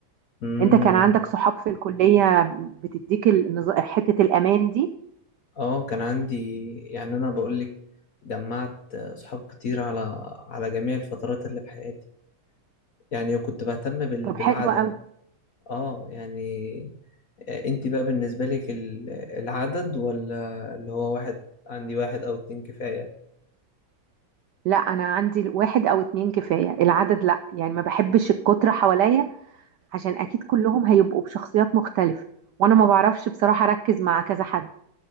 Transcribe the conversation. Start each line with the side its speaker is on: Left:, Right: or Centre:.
Left: أمم
Right: أنت كان عندك صحاب في الكلية بتديك النز- حتة الأمان دي
Left: آه كان عندي يعني أنا بقول لك جمعت صحاب كتير على على جميع الفترات اللي في حياتي يعني كنت بهتم بال...
Right: طب
Left: بالعدد
Right: حلو قوي
Left: آه يعني آه، انت بقى بالنسبة لك ال- العدد ولا اللي هو واحد عندي واحد او اتنين كفاية
Right: لا أنا عندي واحد أو اتنين كفاية العدد لا يعني ما بحبش الكترة حواليا عشان اكيد كلهم هيبقوا بشخصيات مختلفة وانا ما بعرفش بصراحة اركز مع كذا حد